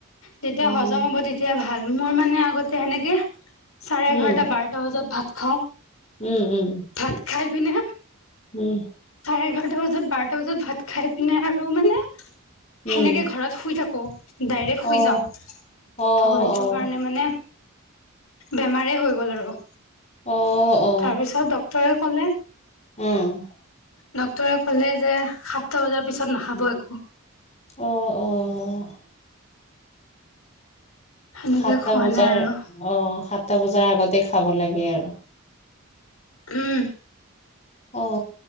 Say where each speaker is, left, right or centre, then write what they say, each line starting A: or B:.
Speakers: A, on the left; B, on the left.
A: তেতিয়া
B: উম,
A: হজম হ'ব তেতিয়া ভাল মোৰ মানে আগতে সেনেকে চাৰে
B: উম,
A: এঘাৰটা বাৰটা বজাত ভাত খাওঁ
B: উম, উম,
A: ভাত খাই পি নে
B: উম
A: চাৰে এঘাৰটা বজাত বাৰটা বজাত ভাত খাই পিনে আৰু মানে
B: উম,
A: সেনেকে ঘৰত শুই থাকো ডাইৰেক্ট
B: অ',
A: শুই যাওঁ
B: অ', অ',
A: ত' সেইটো কাৰণে মানে বেমাৰে হৈ গ'ল আৰু
B: অ অ
A: তাৰপিছত ডক্তৰে ক'লে
B: উম
A: ডক্তৰে কলে যে সাতটা বজাৰ পিছত নাখাব একো
B: আহ আহ
A: সেনেকে
B: সাতটা
A: খোৱা
B: বজাৰ
A: নাই আৰু
B: অ সাতটা বজাৰ আগতে খাব লাগে আৰু।
A: উম
B: অ